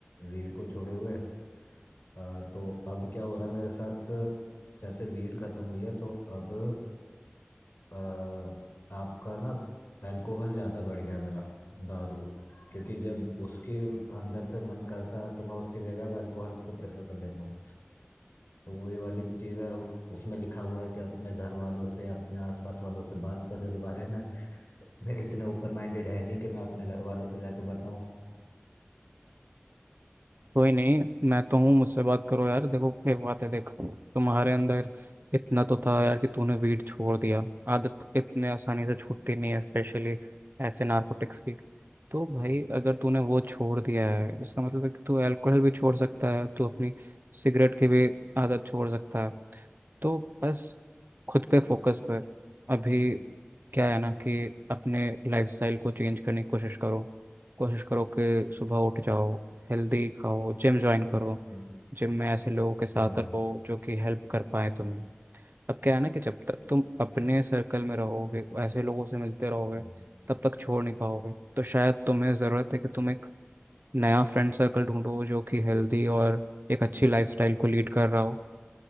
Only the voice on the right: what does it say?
कोई नहीं मैं तो हूँ मुझसे बात करो यार देखो एक बात है देखो तुम्हारे अंदर इतना तो था यार कि तूने वीट छोड़ दिया आदत इतने आसानी से छूटती नहीं है स्पेशली ऐसे नार्कोटिक्स की तो
भाई अगर तूने वो छोड़ दिया है इसका मतलब है कि तू अल्कोहल भी छोड़ सकता है तू अपनी सिगरेट की भी आदत छोड़ सकता है तो बस खुद पे फोकस कर अभी क्या है ना कि अपने लाइफस्टाइल को चेंज करने की कोशिश करो कोशिश करो कि सुबह उठ जाओ हेल्दी खाओ जिम ज्वाइन करो
जिम में ऐसे लोगों के साथ
रहो जो कि हेल्प कर पाए तुम्हें अब क्या है ना कि जब तक तुम अपने सर्कल में रहोगे ऐसे लोगों से मिलते रहोगे
तब तक छोड़ नहीं पाओगे तो शायद तुम्हें ज़रूरत है कि तुम एक नया फ्रेंड सर्कल ढूंढो जो कि हेल्दी और एक अच्छी लाइफस्टाइल को लीड कर रहा हो